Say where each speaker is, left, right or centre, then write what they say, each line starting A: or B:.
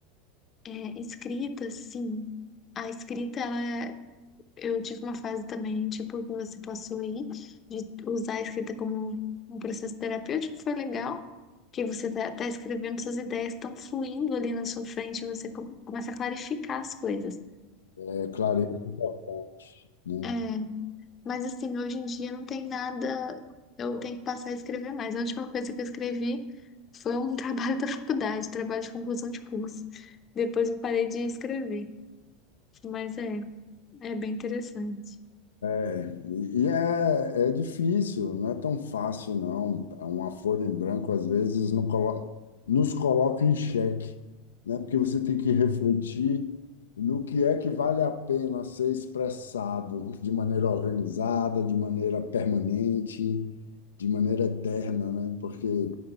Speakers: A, on the left; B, on the left.
A: É, escrita, sim. A escrita, ela, é- eu tive uma fase também, tipo, que você passou aí, de usar a escrita como um processo terapêutico, foi legal, que você tá, tá escrevendo, suas ideias estão fluindo ali na sua frente, você co- começa a clarificar as coisas.
B: É, clareza é importante, né?
A: É, mas assim, hoje em dia não tem nada, eu tenho que passar a escrever mais. A última coisa que eu escrevi foi um <laughs> trabalho da faculdade, trabalho de conclusão de curso. Depois eu parei de escrever, mas é, é bem interessante.
B: É, e e é, é difícil, não é tão fácil, não. Uma folha em branco, às vezes, não colo- nos coloca em xeque, né? Porque você tem que refletir no que é que vale a pena ser expressado de maneira organizada, de maneira permanente, de maneira eterna, né? Porque